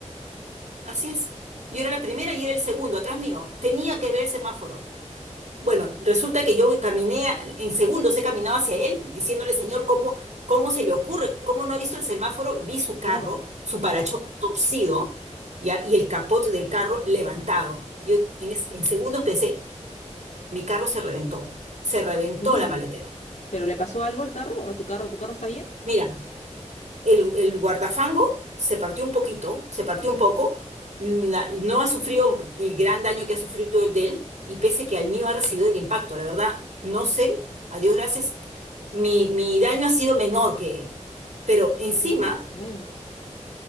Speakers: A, on the right (about 75°); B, on the left (about 75°).
A: Así es. Yo era la primera y era el segundo, atrás mío. Tenía que ver el semáforo. Bueno, resulta que yo caminé, a- en segundos he caminado hacia él, diciéndole, señor, ¿cómo, cómo se le ocurre? ¿Cómo no ha visto el semáforo? Vi su carro,
B: Claro,
A: su parachoques torcido, ¿ya? Y el capot del carro levantado. Yo en, es- en segundos pensé, mi carro se reventó. Se reventó
B: sí.
A: la maletera.
B: ¿Pero le pasó algo al carro? ¿A tu carro? ¿Tu carro está bien?
A: Mira, El, el guardafango se partió un poquito, se partió un poco, na- no ha sufrido el gran daño que ha sufrido el de él, y pese que al mío ha recibido el impacto, la verdad, no sé, a Dios gracias, mi, mi daño ha sido menor que él. Pero encima,
B: Bueno, por lo menos.